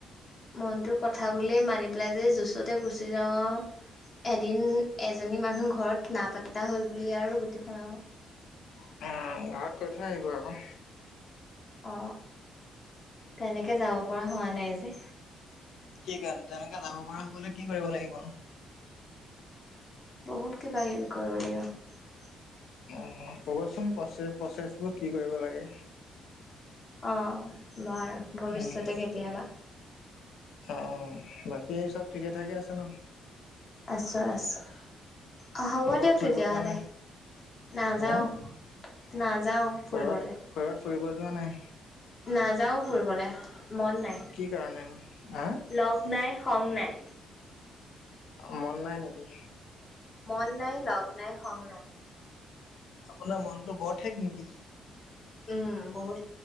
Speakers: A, on the left; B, on the left.
A: মনটো কথা বুলিয়েই মাৰি পেলাইযে জছতে গুচি যাওঁ আৰু। এদিন, এজনী মানুহ ঘৰত নাপাত্তা হ'ল বুলি আৰু গোটেইখন আও।
B: <inaudible> ঘৰত কৈ থৈ আহিবা আকৌ।
A: অ', তেনেকে যাব পৰা হোৱা নাই যে।
B: কি কাৰণে, তেনেকে যাব পৰা হ'বলে কি কৰিব লাগিবনো?।
A: বহুত কিবা কিবি কৰিব লাগিব।
B: <inaudible> ক'বচোন প্ৰচে-প্ৰচেছবোৰ কি কৰিব লাগে।
A: অ', বাৰু, ভৱিষ্যতে
B: উম।
A: কেতিয়াবা।
B: অ', বাকী চব ঠিকে ঠাকে আছে ন।
A: আছো-আছো, হ'ব
B: ক'বাত
A: দিয়ক
B: ফুৰিব
A: তেতিয়াহ'লে।
B: যোৱা নাই
A: নাযাওঁ,
B: হা?
A: নাযাওঁ ফুৰিবলে।
B: কৰবাত কৰবাত ফুৰিব যোৱা নাই?
A: নাযাওঁ ফুৰিবলে। মন নাই
B: কি কাৰণেনো? হা
A: লগ নাই, সং নাই।
B: মন নাই নেকি?
A: মন নাই, লগ নাই, খং নাই।
B: আপোনাৰ মনটো বৰ ঠেক নেকি?
A: উম, বহুত।